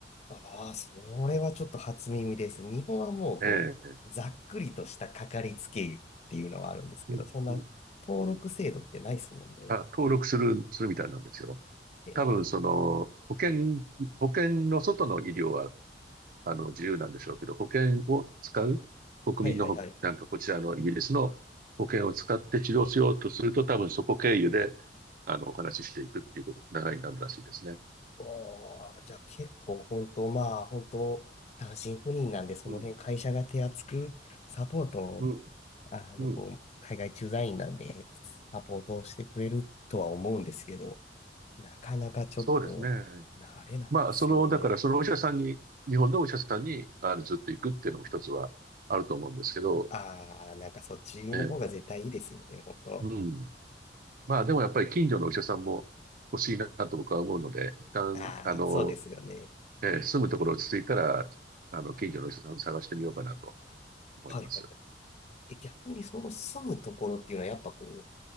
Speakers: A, on the left (about 35°); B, on the right (about 50°).
A: ああ、それはちょっと初耳です。日本はもうこう、
B: ええ、
A: ざっくりとしたかかりつけ医っていうのはあるんですけど、
B: うん、
A: そんな登録制度ってないですもんね。
B: うん、うん。あ、登録する、するみたいなんですよ。
A: えー
B: 多分、その、保険、保険の外の医療はあの、自由なんでしょうけど、保険を使う、国民のほ、
A: はいはいはい。
B: なんかこちらのイギリスの保険を使って治療しようとすると、多分そこ経由で、あの、お話ししていくっていう流れになるらしいですね。
A: おー、じゃあ結構本当、まあ本当、単身赴任なんで、その辺会社が手厚くサポートを、
B: うん、うん、
A: あの、
B: うん。
A: こう、海外駐在員なんで、サポートをしてくれるとは思うんですけど、なかなかちょっと慣れないですよね。
B: そうですね。まあ、その、だからそのお医者さんに、日本のお医者さんに、あの、ずっと行くっていうのも一つはあると思うんですけど、
A: ああ、なんかそっちの方が絶対いいですよね、
B: ええ、
A: 本当。
B: うん。まあ、でもやっぱり近所のお医者さんも欲しいなと僕は思うので、一旦、
A: ああ、
B: あの、
A: そうですよね。
B: えー住むところ落ち着いたら、あの、近所の人さん探してみようかなと思います。
A: はいはいはい。え、逆にその住むところっていうのはやっぱこ